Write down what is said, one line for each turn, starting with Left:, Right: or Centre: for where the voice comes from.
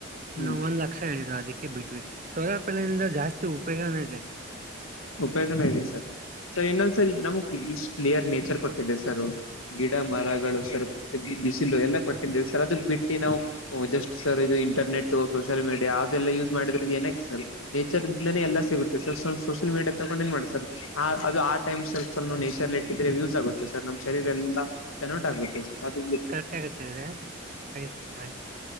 Left: ಹ್ಮ್
Right: ನೂ ಒಂದ್ ಲಕ್ಷ ಹೇಳಿದ್ರು ಅದಕ್ಕೆ ಬಿಟ್ವಿ ಸೋಲಾರ್ ಪಾನೇಲಿಂದ ಜಾಸ್ತಿ ಉಪಯೋಗನೂ ಇದೆ.
Left: ಉಪಯೋಗನೂ ಇದೆ ಸರ್ ಸೊ ಇನ್ನೊಂದ್ ಸರ್ ನಮಗ್ ಇಷ್ಟ್ ಕ್ಲಿಯರ್ ನೇಚರ್ ಕೊಟ್ಟಿದೆ ಸರ್ ಗಿಡ ಮರಗಳು ಸರ್ ಬಿಸಿಲು ಎಲ್ಲಾ ಕೊಟ್ಟಿದಿವಿ ಸರ್ ಅದಕ್ ಬಿಟ್ಟಿ ನಾವು ಓ ಜಸ್ಟ್ ಸರ್ ಇದು ಇಂಟರ್ನೆಟ್ ಸೋಷಿಯಲ್ ಮೀಡಿಯಾ ಅದೆಲ್ಲ ಯೂಸ್ ಮಾಡಿದ್ರ ಏನಕ ಸರ್ ನೇಚರ್ ದಿಂದಲೇ ಎಲ್ಲ ಸಿಗುತ್ತೆ ಸೊ ಸೋಷಲ್ ಮೀಡಿಯಾ ತೊಗೊಂಡ ಏನ್ ಮಾಡೋದು ಸರ್ ಆ ಅದು ಆ ಟೈಮ್ ಸ್ವಲ್ಪಾನೂ ನೇಚರ್ ಲೇಟ ಇದ್ರೆ ಯೂಸ್ ಆಗುತ್ತೆ ಸರ್ ನಮ್ಮ್ ಶರೀರ ಎಲ್ಲ ಕನ್ವರ್ಟ್ ಆಗುತ್ತೆ ಸರ್ ಅದು.
Right: ಕರೆಕ್ಟ್ ಆಗುತ್ತಿದೆ. <unintelligible>